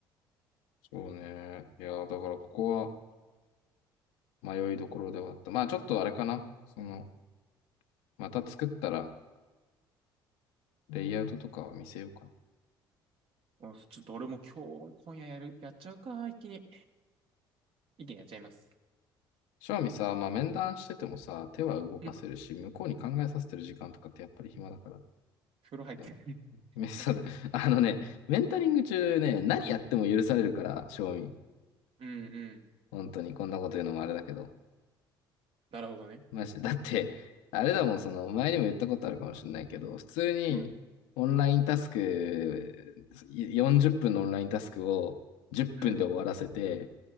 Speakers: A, on the left (about 70°); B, on the right (about 50°).
A: そうね。いやー、だからここは迷いどころではあった。まあちょっとあれかな。その、また作ったら、レイアウトとかは見せようかな。
B: おちょっと俺も今日、今夜やる、やっちゃうか、一気に。一気にやっちゃいます。
A: 正味さ、まあ、面談しててもさ、手は動かせるし、
B: うん
A: 向こうに考えさせてる時間とかってやっぱり暇だから。
B: 風呂入って。
A: だよ
B: <laughs> 風
A: めそうだ
B: 呂入りな。
A: <laughs> あのね、メンタリング中ね、何やっても許されるから、正味。
B: うんうん。
A: 本当に、こんなこと言うのもあれだけど。
B: なるほどね。
A: マジで。だって、あれだもん、その、前にも言ったことあるかもしれないけど、普通に、
B: うん
A: オンラインタスク、40分のオンラインタスクを10分で終わらせて、
B: うん